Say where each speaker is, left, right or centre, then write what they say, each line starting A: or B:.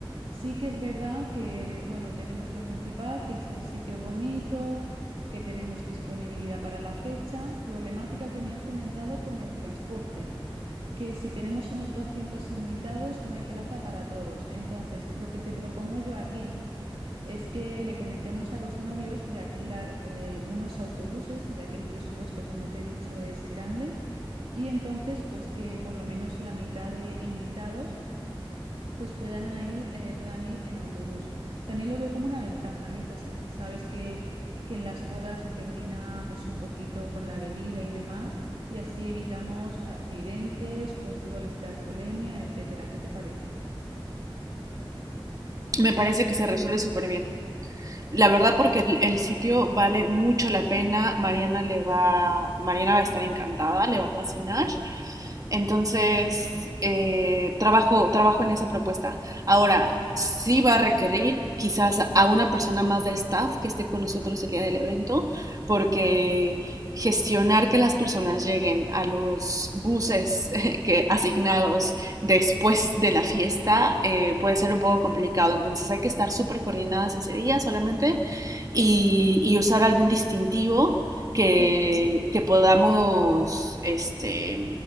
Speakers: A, on the right; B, on the right.
A: Sí que es verdad que, bueno, tenemos lo principal, que es el sitio bonito, que tenemos disponibilidad para la fecha, problemática que me has comentado con el transporte, que si tenemos unos 200 invitados no hay plaza para todos. Entonces, lo que te propongo yo aquí es que le comentemos a los novios de alquilar eh, unos autobuses, ya que el presupuesto, como te he dicho, es grande, y entonces, pues que por lo menos la mitad de invitados pues puedan a ir, eh, puedan ir en autobús. También lo veo como una ventaja, ¿eh? Pues eh, sabes que, que en las bodas se termina pues un poquito con la bebida y demás, y así evitamos accidentes, controles de alcoholemia, etcétera. ¿Qué te parece?
B: Me parece que se resuelve súper bien. La verdad, porque el, el sitio vale mucho la pena. Mariana le va, Mariana va a estar encantada, le va a fascinar. Entonces, eh, trabajo, trabajo en esa propuesta. Ahora, sí va a requerir quizás a una persona más de staff que esté con nosotros el día del evento, porque gestionar que las personas lleguen a los buses <laughs> que asignados después de la fiesta eh, puede ser un poco complicado. Entonces hay que estar súper coordinadas ese día solamente y, y usar algún distintivo que,
A: Sí,
B: que podamos este,